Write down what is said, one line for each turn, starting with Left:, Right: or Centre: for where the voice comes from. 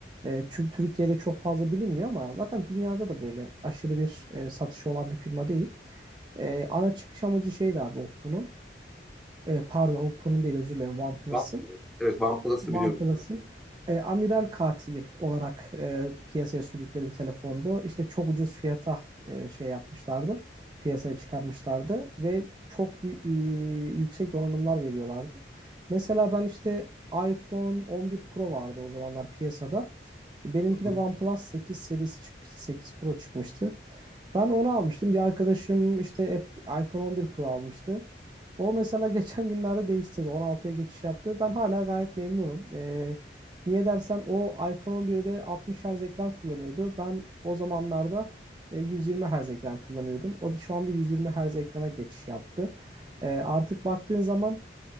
Right: E, çünkü Türkiye'de çok fazla bilinmiyor ama zaten dünyada da böyle aşırı bir e, satışı olan bir firma değil. E, ana çıkış amacı şeydi abi Oppo'nun e, pardon Oppo'nun değil özür dilerim OnePlus'ın
Centre: One- Evet,
Right: işte
Centre: OnePlus'ı
Right: Tamam.
Centre: biliyorum.
Right: OnePlus'ın e, amiral katili olarak e, piyasaya sürdükleri bir telefondu. İşte çok ucuz fiyata e, şey yapmışlardı. Piyasaya çıkarmışlardı ve çok bir, e, yüksek donanımlar veriyorlardı. Mesela ben işte iPhone 11 Pro vardı o zamanlar piyasada. Benimki
Centre: Hı hı.
Right: de OnePlus 8 serisi çıkmıştı. 8 Pro çıkmıştı. Ben onu almıştım. Bir arkadaşım işte App- iPhone 11 Pro almıştı. O mesela <laughs> geçen günlerde değiştirdi. 16'ya geçiş yaptı. Ben hala gayet memnunum. Ee, niye dersen o iPhone 11'de 60 Hz ekran kullanıyordu. Ben o zamanlarda e, 120 Hz ekran kullanıyordum. O da şu anda 120 Hz ekrana geçiş yaptı. Ee, artık baktığın zaman